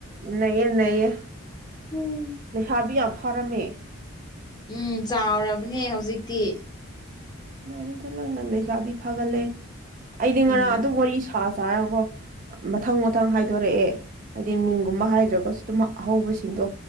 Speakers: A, on the right; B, on the left.
A: ꯅꯩꯌꯦ ꯅꯩꯌꯦ
B: ꯎꯝ
A: ꯂꯩꯁꯥꯕꯤ ꯌꯥꯝ ꯐꯥꯔꯝꯃꯦ
B: ꯎꯝ ꯆꯥꯎꯔꯕꯅꯦ ꯍꯧꯖꯤꯛꯇꯤ
A: ꯋꯥꯔꯤꯗ ꯂꯣꯏꯅ ꯂꯩꯁꯥꯕꯤ ꯐꯒꯠꯂꯦ ꯑꯩꯗꯤ
B: ꯎꯝ
A: ꯉꯔꯥꯡ ꯑꯗꯨꯝ ꯋꯥꯔꯤ ꯁꯥ ꯁꯥꯔꯒꯣ ꯃꯊꯪ ꯃꯊꯪ ꯍꯥꯏꯗꯣꯔꯛꯑꯦ ꯍꯥꯏꯗꯤ ꯃꯤꯡꯒꯨꯝꯕ ꯍꯥꯏꯗ꯭ꯔꯒꯁꯨ ꯑꯗꯨꯝ ꯑꯍꯧꯕꯁꯤꯡꯗꯣ